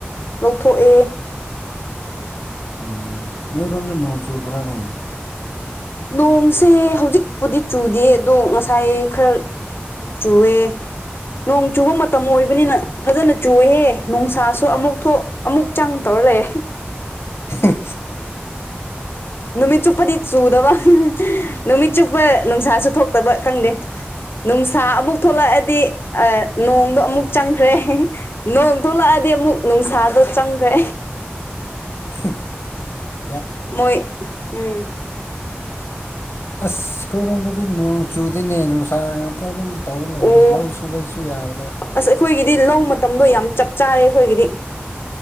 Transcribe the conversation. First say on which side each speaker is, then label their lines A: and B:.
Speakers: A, on the left; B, on the left.
A: ꯂꯧꯊꯣꯛꯑꯦ
B: ꯎ ꯅꯣꯏꯔꯣꯝꯗ ꯅꯣꯡ ꯆꯨꯕ꯭ꯔꯥꯅꯦ
A: ꯅꯣꯡꯁꯦ ꯍꯧꯖꯤꯛꯄꯨꯗꯤ ꯆꯨꯗꯦ ꯑꯗꯣ ꯉꯁꯥꯏ ꯈꯔ ꯆꯨꯋꯦ ꯅꯣꯡ ꯆꯨꯕ ꯃꯇꯝ ꯃꯇꯝ ꯑꯣꯏꯕꯅꯤꯅ ꯐꯖꯅ ꯆꯨꯑꯦꯍꯦ ꯅꯨꯡꯁꯥꯁꯨ ꯑꯃꯨꯛ ꯊꯣꯛ ꯑꯃꯨꯛ ꯆꯪ ꯇꯧꯔ ꯂꯩꯌꯦ
B: ꯑ
A: ꯅꯨꯃꯤ ꯆꯨꯄꯗꯤ ꯆꯨꯗ ꯋꯥ ꯅꯨꯃꯤꯠ ꯆꯨꯞꯄ ꯅꯨꯡꯁꯥꯁꯨ ꯊꯣꯛꯇꯕ ꯈꯪꯗꯦ ꯅꯨꯡꯁꯥ ꯑꯃꯨꯛ ꯊꯣꯛꯂꯛꯑꯗꯤ ꯅꯣꯡꯗꯣ ꯑꯃꯨꯛ ꯆꯪꯈ꯭ꯔꯦ ꯅꯣꯡ ꯊꯣꯛꯂꯛꯑꯗꯤ ꯑꯃꯨꯛ ꯅꯨꯡꯁꯥꯗꯣ ꯆꯪꯈ꯭ꯔꯦ
B: <unintelligible>
A: ꯃꯣꯏ ꯎꯝ
B: ꯑꯁ ꯑꯩꯈꯣꯏꯔꯣꯝꯗꯗꯤ ꯅꯣꯡ ꯆꯨꯗꯤꯅꯦ ꯅꯨꯡꯁꯥ ꯉꯥꯛꯇ ꯑꯗꯨꯝ ꯇꯧꯅ ꯂꯩꯅꯦ
A: ꯑꯣ
B: ꯂꯧ ꯁꯨꯕꯩꯁꯨ ꯌꯥꯗ꯭ꯔꯦ
A: ꯑꯁ ꯑꯩꯈꯣꯏꯒꯤꯗꯤ ꯂꯧ ꯃꯇꯝꯗꯣ ꯌꯥꯝ ꯆꯞ ꯆꯥꯔꯦ ꯑꯩꯈꯣꯏꯒꯤꯗꯤ